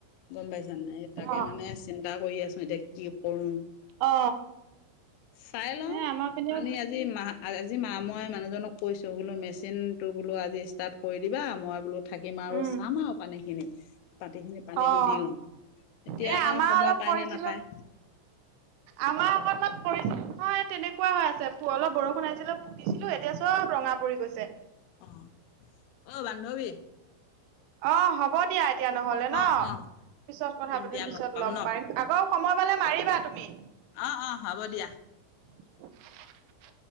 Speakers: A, on the left (about 85°); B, on the right (about 80°).
A: গম পাইছা নে তাক তাকে
B: অ
A: মানে চিন্তা কৰি আছোঁ এতিয়া কি কৰোঁ।
B: অ।
A: চাই লওঁ।
B: সেই আমাৰ পিনেও
A: পানী আজি মাহ আজি মা মই মানুহজনক কৈছো বোলো মেচিনটো বোলো আজি ষ্টাৰ্ট কৰি দিবা মই বোলো থাকিম আৰু
B: উম
A: চাম আৰু পানীখিনি। পাতি খিনি পানীতো
B: অ
A: দি লওঁ এতিয়া
B: এ
A: তেওঁ।
B: আমাৰ
A: সময়
B: অলপ
A: পায়
B: কৰিছিলো
A: নে নাপায়
B: আমাৰ অকনমান কৰিছিল। অ তেনেকুৱা হৈ আছে অলপ বৰষুণ আছিলে পুতিছিলো এতিয়া চব ৰঙা পৰি গৈছে।
A: অ অ বান্ধৱী
B: অ হ'ব দিয়া তেতিয়া নহলে ন
A: অ অ
B: পিছত কথা পাতিম
A: দিয়া
B: পিছত
A: পাম
B: লগ
A: ন
B: পাৰিম আকৌ সময় পালে মাৰিবা তুমি।
A: অ অ হ'ব দিয়া।
B: <unintelligible>